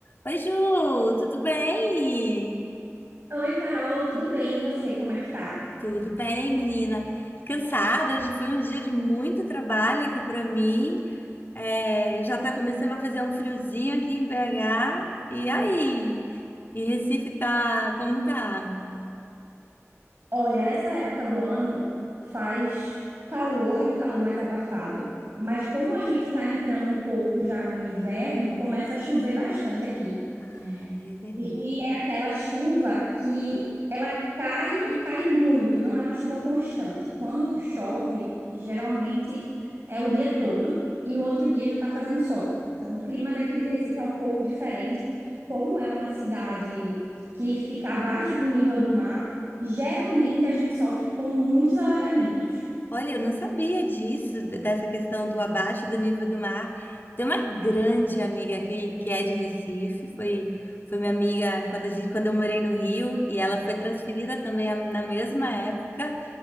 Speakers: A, on the left; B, on the right.
A: Oi, Ju, tudo bem?
B: Oi, Carol, tudo bem? E você, como é que tá?
A: Tudo bem, menina? Cansada, hoje foi um dia de muito trabalho aqui para mim. É, já está começando a fazer um friozinho aqui em BH. E aí? E Recife tá, como tá?
B: Olha, essa época do ano faz calor, é um calor mais abafado, mas como a gente tá entrando um pouco já no inverno, começa a chover bastante aqui.
A: Ai, é verdade.
B: E, e é aquela chuva que ela cai e cai muito, não é uma chuva constante. Quando chove, geralmente é o dia todo e no outro dia já está fazendo sol. Então, o clima daqui de Recife é um pouco diferente. Como é uma cidade que fica abaixo do nível do mar, geralmente a gente sofre com muitos alagamentos.
A: Olha, eu não sabia disso, d- dessa questão do abaixo do nível do mar. Tem uma grande amiga aqui que é de Recife, foi, foi minha amiga quando, a gente, quando eu morei no Rio, e ela foi transferida também a- na mesma época.